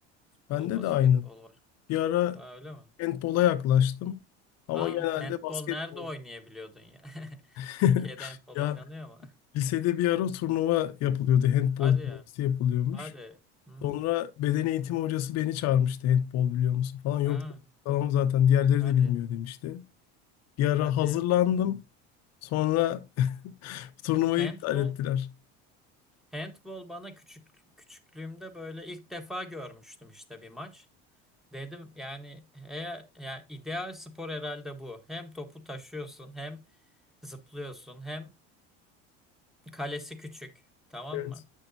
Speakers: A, in the centre; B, on the left.
A: futbol,
B: Bende
A: basketbol
B: de aynı.
A: var.
B: Bir ara
A: Ha, öyle mi?
B: handbola yaklaştım. Ama
A: Aa,
B: genelde
A: handbol
B: basketbol.
A: nerede oynayabiliyordun ya? <laughs>
B: <laughs>
A: Türkiye'de handbol
B: Ya
A: oynanıyor mu?
B: lisede bir ara turnuva yapılıyordu. Handbol
A: Hadi
B: turnuvası
A: ya.
B: yapılıyormuş.
A: Hadi. Hmm.
B: Sonra beden eğitimi hocası beni çağırmıştı. Handbol biliyor musun falan. Yok
A: Ha,
B: dedim. Tamam zaten diğerleri
A: hadi.
B: de bilmiyor demişti. Bir ara
A: Hadi
B: hazırlandım.
A: ya. Hmm.
B: Sonra <laughs> turnuvayı
A: Handbol
B: iptal ettiler.
A: Handball bana küçük küçüklüğümde böyle ilk defa görmüştüm işte bir maç. Dedim yani he, ya ideal spor herhalde bu. Hem topu taşıyorsun, hem zıplıyorsun, hem kalesi küçük, tamam
B: Evet.
A: mı?